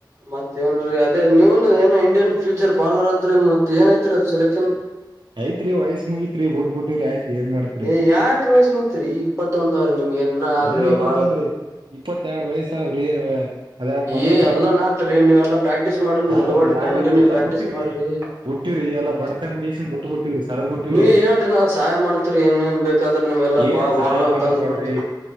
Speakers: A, on the right; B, on the right.
A: ಮತ್ತ ಏನ್ರೀ ಅದೇ ನೀವನು ಏನ ಇಂಡಿಯನ್ ಫ್ಯೂಚರ್ ಬಾಲರ್ ಅಂತರಿ ಮತ್ತ. ಏನಾಯ್ತ್ರೀ ಅದು ಸೆಲೆಕ್ಷನ್.
B: ಐ್ತ್ರಿ ವಯಸ್ ಮುಗತ್ರಿ ಒಟ್ ಬಿಟ್ಟವ್ರಿ ಆಯ್ಶ ಏನ್ ಮಾಡಾತ್ರಿ.
A: ಏ ಯಾಕ ವಯಸ್ ಮುಗ್ತರಿ ಈಗ ಇಪ್ಪತ್ತೊಂದ ಅವ್ರಿ ನಿಮ್ಗೆ ಏನ ಆದ್ರಿ
B: ಎನ್ ಇಪ್ಪತ್ತೊಂದ್ರಿ
A: ಬಾಳ
B: ಇಪ್ಪತ್ತ ಎರಡ್ ವಯಸ್ಸಾವ್ರಿ. ಅದಾಗ ಮನ್ಯಾಗ
A: ಏ ಎಲ್ಲಾ ನಾತ್ರಿ ನೀವೆಲ್ಲಾ ಪ್ರಾಕ್ಟೀಸ್ ಮಾಡ್ರಿ ನೀವ್
B: ಆಗಲ್ರಿ
A: ಬಿಡಬ್ಯಾಡ್ರಿ ಕಂಟಿನ್ಯೂ
B: ಆಗಲ್ರಿ ಎಲ್ಲಾ
A: ಪ್ರಾಕ್ಟೀಸ್
B: ಬುಟ್ಟಿರಿ.
A: ಮಾಡ್ರಿ
B: ಬೊಟ್ಟಿರ
A: ಹ್ಮ್
B: ಎಲ್ಲ ಬಡತರೇಶಸ ಬಟ್ಟಬಟ್ಟಿ. ುಟ್ಟ ಸರದ್ ಬಿುಟ್ಟೂರಿ
A: ನೀವ್
B: ಯಾಕಡೆ
A: ಹೇಳ್ರಿ ನಾವ್ ಸಹಾಯ ಮಾಡ್ತರಿ ಏನ್ ಏನ್ ಬೇಕಾದ್ರ ನಿಮ್ಗೆಲ್ಲಾ
B: ಏನ್
A: ಬಾ
B: ಸಹಾಯ
A: ಬಾಲ್ ಅವ್
B: ಮಾಡದ
A: ತಂದ್
B: ಬೇಡ್ರಿ.
A: ಕೊಡ್ತರಿ